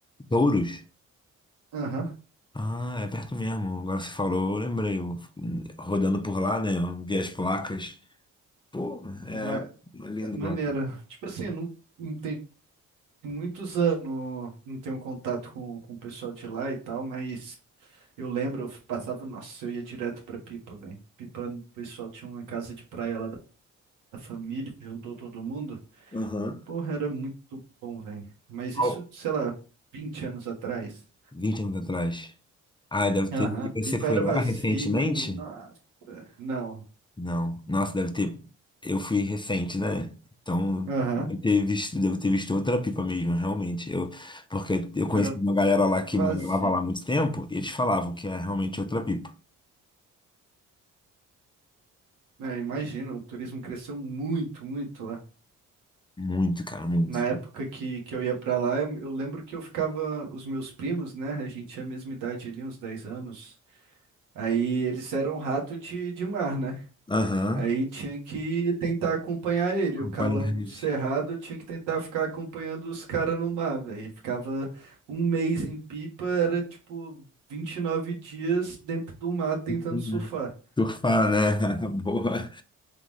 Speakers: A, on the left (about 15°); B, on the right (about 85°).
A: Touros?
B: Aham,
A: Ah, é perto mesmo. Agora você falou, eu lembrei. eu, hum, rodando por lá, né? Eu vi as placas. Pô,
B: ma-
A: é lindo
B: Maneiro.
A: lá.
B: Tipo assim, eu não, não tenho muitos anos, não tenho contato com, com o pessoal de lá e tal, mas. Eu lembro, eu passava, nossa, eu ia direto pra Pipa, velho. Pipa, o pessoal tinha uma casa de praia lá da da família, juntou todo mundo.
A: Aham.
B: Porra, era muito bom, velho. Mas
A: Ó,
B: isso, sei lá, 20 anos atrás.
A: 20 anos atrás. Ah, deve ter.
B: Aham,
A: e
B: Pipa
A: Você foi
B: era
A: lá
B: vazio,
A: recentemente?
B: nossa. Não,
A: Não. Nossa, deve ter. Eu fui recente, né? Então,
B: aham,
A: deve ter visto, devo ter visto outra pipa mesmo, realmente. Eu, porque eu conheci
B: era
A: uma galera lá que
B: vazio.
A: morava lá há muito tempo e eles falavam que é realmente outra pipa.
B: É, imagino, o turismo cresceu muito, muito lá.
A: Muito, cara, muito.
B: Na época que, que eu ia pra lá, eu, eu lembro que eu ficava, os meus primos, né, a gente tinha a mesma idade ali, uns 10 anos. Aí eles eram um rato de, de mar, né?
A: Aham.
B: Aí tinha que tentar acompanhar ele.
A: Acompanhei.
B: O calango do Cerrado tinha que tentar ficar acompanhando os caras no mar, velho. Ficava um mês em Pipa, era tipo 29 dias dentro do mar tentando
A: Né?
B: surfar.
A: Surfar, né? <laughs> Boa.